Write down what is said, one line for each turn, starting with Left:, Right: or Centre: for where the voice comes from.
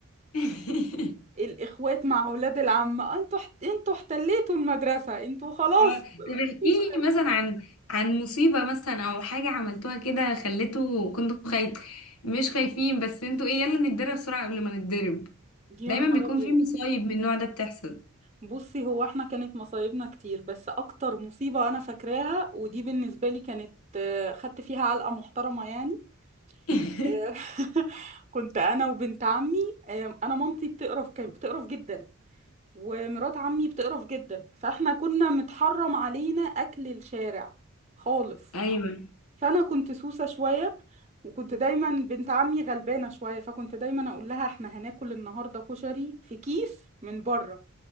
Left: <laughs>
Right: الاخوات مع اولاد العم انتوا حت... انتوا احتليتوا المدرسة انتوا خلاص
Left: اه طب
Right: مفيش
Left: احكي
Right: غير-
Left: لي مثلا عن عن مصيبة مثلا او حاجة عملتوها كده خليته كنتوا خايف مش خايفين بس انتوا ايه يلا نتدرب بسرعة قبل ما نتضرب
Right: يا
Left: دايما
Right: نهار
Left: بيكون
Right: ابيض
Left: في مصايب من النوع ده بتحصل
Right: بصي هو احنا كانت مصايبنا كتير بس اكتر مصيبة انا فاكراها ودي بالنسبة لي كانت آه، خدت فيها علقة محترمة يعني
Left: <laughs>
Right: آه، <laughs> كنت انا وبنت عمي آه، انا مامتي بتقرف كانت بتقرف جدا ومرات عمي بتقرف جدا فاحنا كنا متحرم علينا اكل الشارع خالص
Left: ايوه
Right: فانا كنت سوسة شوية وكنت دايما بنت عمي غلبانة شوية فكنت دايما اقول لها احنا هناكل النهاردة كشري في كيس من بره